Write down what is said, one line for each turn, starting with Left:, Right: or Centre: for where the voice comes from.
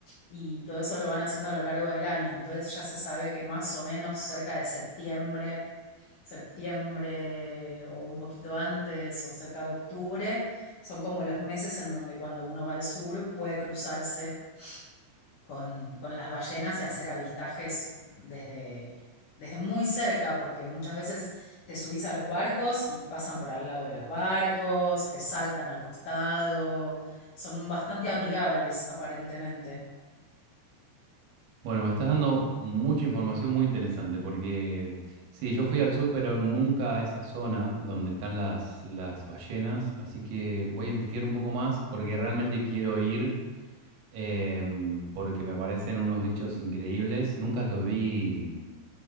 Left: y todo eso lo van haciendo a lo largo del año. Entonces ya se sabe que más o menos cerca de septiembre septiembre o un poquito antes o cerca de octubre, son como los meses en donde cuando uno va al sur puede cruzarse con, con las ballenas y hacer avistajes desde, desde muy cerca, porque muchas veces te subís a los barcos y pasan por al lado de los barcos, te saltan al costado, son bastante amigables aparentemente.
Right: Bueno, me estás dando mucha información muy interesante porque sí, yo fui al sur, pero nunca a esa zona donde están las, las ballenas, así que voy a investigar un poco más porque realmente quiero ir, em, porque me parecen unos bichos increíbles. Nunca los vi